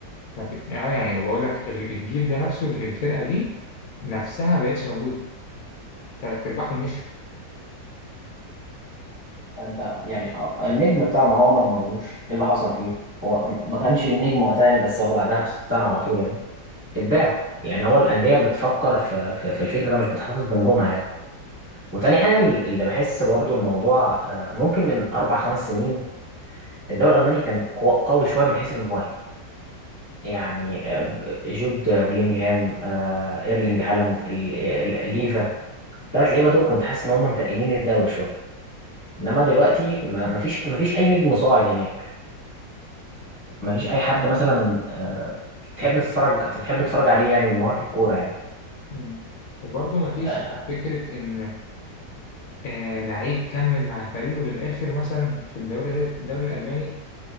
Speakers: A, on the left; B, on the left.
A: ما في اه يعني ما بقول لك ال- الجيل ده نفسه ال- الفرقه دي نفسها ما بقتش موجوده تلات ارباعهم مشوا
B: انت يعني النجم بتاعه ما هو ما مرموش ايه اللي حصل فيه هو ما كانش النجم وقتها يعني بس هو بعدها بسنه على طول يعني اتباع يعني هو الانديه بتفكر في في, في الفكر ده مش بتحتفظ بنجومها يعني وتاني حاجه اللي بحس برضو الموضوع آه، ممكن من اربع خمس سنين الدوري الألماني كان قو- قوي شوية من حيث المواهب يعني آه، جود آه، بلينجهام آه، إيرلينج هالاند ال- ال- ليفا الثلاث لعيبة دول كنت حاسس إن هم متقلين الدوري شوية إنما دلوقتي ما ما فيش ما فيش أي نجم صاعد هناك ما فيش أي حد مثلا آه، تحب تتفرج تحب تتفرج عليه يعني من مواهب الكورة يعني
A: مم. وبرضه ما فيش
B: آه،
A: فكره ان آه لعيب كمل مع فريقه للاخر مثلا في الدوري ال- الدوري الالماني